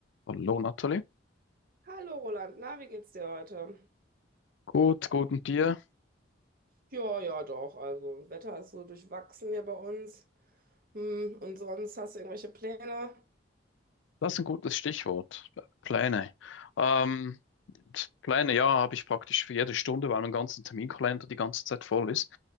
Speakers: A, on the left; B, on the right.
A: Hallo Nathalie.
B: Hallo Roland, na, wie geht's dir heute?
A: Gut, gut und dir?
B: Ja, ja, doch. Also, Wetter ist so durchwachsen hier bei uns. Hm, und sonst hast du irgendwelche Pläne?
A: Das ist ein gutes Stichwort. Pläne. Ähm, Pläne, ja, habe ich praktisch für jede Stunde, weil mein ganzer Terminkalender die ganze Zeit voll ist